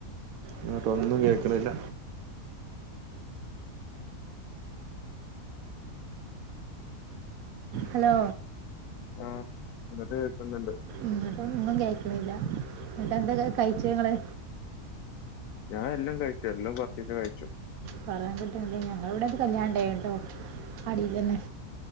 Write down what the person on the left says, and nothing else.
ആ ഇങ്ങട്ട് കേക്ക്‌ന്ന്ണ്ട്
ഞാൻ എല്ലും കയ്ച്ചു എല്ലും കൊർച്ചിച്ചെ കയ്ച്ചു